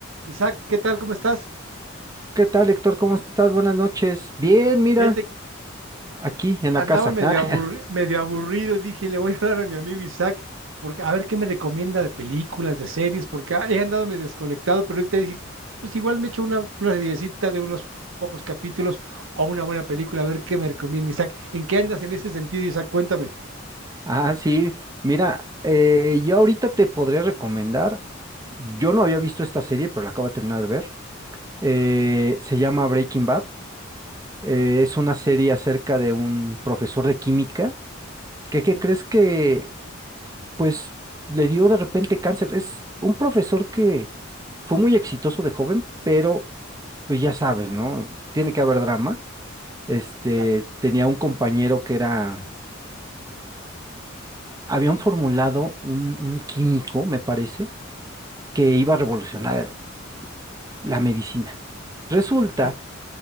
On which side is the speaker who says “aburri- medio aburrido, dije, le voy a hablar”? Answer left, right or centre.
Right